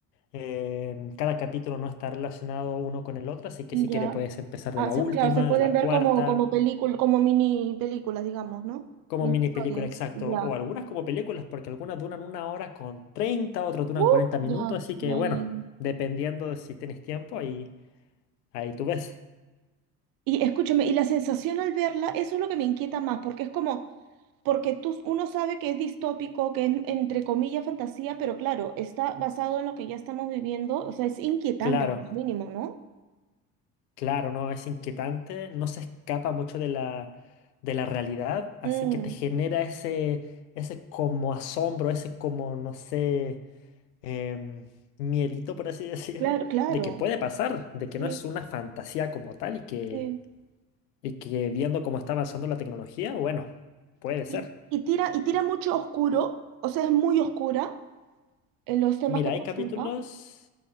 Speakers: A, on the left; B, on the right.
A: Eh, cada capítulo no está relacionado uno con el otro, así que
B: ya.
A: si quieres puedes empezar
B: Ah,
A: de la
B: se-
A: última,
B: claro, se pueden
A: de la
B: ver
A: cuarta,
B: como, como película, como mini películas, digamos, ¿no?
A: como
B: Mini
A: mini
B: historias,
A: película exacto,
B: ya.
A: o algunas como películas, porque algunas duran una hora con 30, otras duran
B: Uh,
A: cuarenta minutos,
B: ya,
A: así que
B: ya,
A: bueno,
B: ya, ya.
A: dependiendo de si tienes tiempo, ahí, ahí tú ves.
B: Y escúchame, y la sensación al verla, eso es lo que me inquieta más, porque es como, porque tú, uno sabe que es distópico, que es entre comillas fantasía, pero claro, está basado en lo que ya estamos viviendo, o sea, es inquietante
A: Claro.
B: como mínimo, ¿no?
A: Claro, no, es inquietante, no se escapa mucho de la, de la realidad, así
B: Mm,
A: que te genera ese, ese como asombro, ese como, no sé, em, miedito, por así <laughs> decir,
B: claro, claro.
A: de que puede pasar, de que
B: Sí,
A: no es una fantasía como tal y que,
B: sí.
A: y que viendo cómo está avanzando la tecnología, bueno, puede ser.
B: Y, y tira, y tira mucho oscuro, o sea, es muy oscura en los temas
A: Mira,
B: que presenta.
A: hay capítulos...